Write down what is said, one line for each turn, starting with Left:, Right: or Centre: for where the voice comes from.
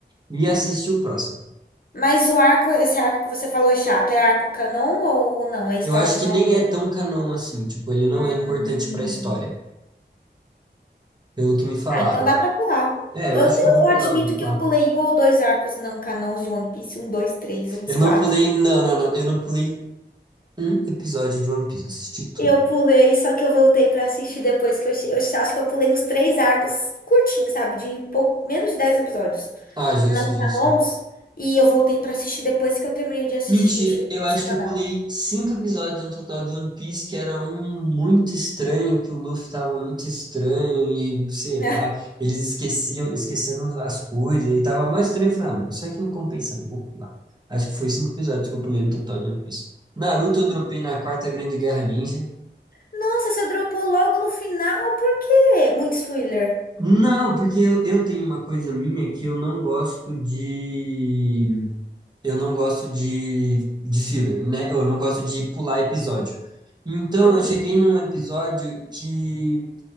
Right: e assistir o próximo.
Left: Mas o arco, esse arco que você falou é chato, é arco canon ou não? É história
Right: Eu acho
Left: que
Right: que
Left: não
Right: nem
Left: é.
Right: é tão canon assim, tipo, ele não
Left: Hum.
Right: é importante pra história, pelo que me falaram.
Left: Ah, então dá pra pular.
Right: É,
Left: Eu,
Right: eu acho
Left: eu
Right: que eu vou pular,
Left: admito
Right: eu vou pular.
Left: que eu pulei um ou dois arcos não canons de One Piece, um, dois, três, uns
Right: Eu
Left: quatro.
Right: não pulei, não, não, não, eu não pulei um episódio de One Piece, assisti tudo.
Left: Eu pulei, só que eu voltei pra assistir depois que eu, che- eu acho que eu pulei uns três arcos curtinhos, sabe? De pou- menos de dez episódios,
Right: Ah, justo,
Left: não canons.
Right: justo.
Left: E eu voltei pra assistir depois que eu terminei de assistir,
Right: Mentira,
Left: cheguei
Right: eu
Left: no
Right: acho
Left: semanal.
Right: que eu pulei cinco episódios no total de One Piece, que era um muito estranho, que o Luffy tava muito estranho e sei
Left: <laughs> né?
Right: lá, eles esqueciam, esqueceram as coisas e tava mais estranho. Eu falei, ah, mano, isso aqui não compensa, não vou pular. Acho que foi cinco episódios que eu pulei no total de One Piece. Naruto eu dropei na Quarta Grande Guerra Ninja.
Left: Nossa, você dropou logo no final, por quê? Muito spoiler.
Right: Não, porque eu, eu tenho uma coisa minha que eu não gosto de Eu não gosto de, de filler, né? Eu não gosto de pular episódio. Então,
Left: Hum,
Right: eu cheguei num episódio que